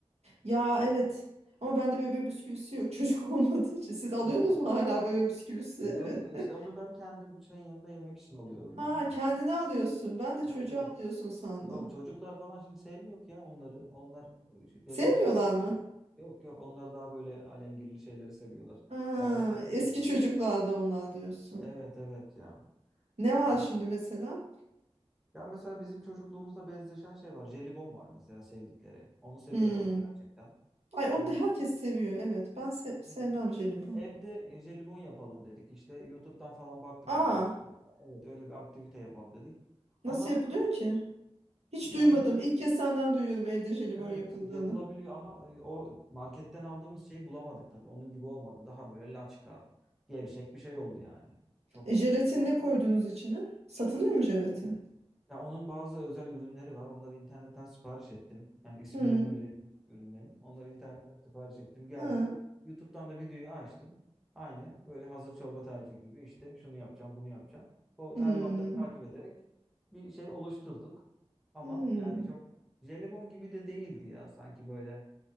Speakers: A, on the right (about 80°); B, in the centre.
A: Ya evet. Ama bende bebe bisküvisi yok çocuk <laughs> olmadığı için. Siz alıyorsunuz
B: <laughs>
A: mu hala bebe bisküvisi?
B: Yok
A: Evet.
B: yok işte onu ben kendim çayın yanında yemek için alıyorum
A: Ha
B: yani.
A: kendine alıyorsun. Ben de
B: Evet
A: çocuğa
B: evet.
A: alıyorsun sandım.
B: Yok çocuklar falan şimdi sevmiyor ki ya onları. Onlar o şey,
A: Sevmiyorlar
B: bebe bisküvi sevmiyor.
A: mı?
B: Yok yok onlar daha böyle alengirli şeyleri seviyorlar.
A: Aa,
B: Daha neler neler
A: eski
B: var
A: çocuklarda
B: şimdi.
A: onlar diyorsun.
B: Evet evet ya.
A: Ne var
B: Artık.
A: şimdi mesela?
B: Ya mesela bizim çocukluğumuzla benzeşen şey var. Jelibon var mesela sevdikleri. Onu seviyorlar
A: Hmm.
B: gerçekten.
A: Ay onu
B: Ee,
A: da herkes seviyor. Evet. Ben se- sevmem
B: ha.
A: jelibon.
B: Evde e, jelibon yapalım dedik. İşte YouTube'dan falan baktık
A: Aa,
B: ona. İşte bir- evet öyle bir aktivite yapalım dedik.
A: nasıl
B: Ama
A: yapılıyor ki? Hiç
B: yani
A: duymadım.
B: nasıl
A: İlk kez senden duyuyorum evde jelibon
B: Evet
A: yapıldığını.
B: yapılabiliyor ama e, o marketten aldığımız şeyi bulamadık tabii. Onun gibi olmadı. Daha böyle laçka, gevşek bir şey oldu yani. Çok
A: E, jelatin
B: çok
A: ne koydunuz içine? Satılıyor mu jelatin?
B: ya onun bazı özel ürünleri var. Onları internetten sipariş ettim. Yani isimlerini
A: Hmm.
B: bile bilmiyorum ürünlerin. Onları internetten sipariş ettim. Geldi.
A: Ha.
B: YouTube'dan da videoyu açtım. Aynı böyle hazır çorba tarifi gibi işte şunu yapacağım, bunu yapacağım. O
A: Hmm.
B: talimatları takip ederek bir şey oluşturduk. Ama
A: Hmm.
B: yani çok jelibon gibi de değildi ya sanki böyle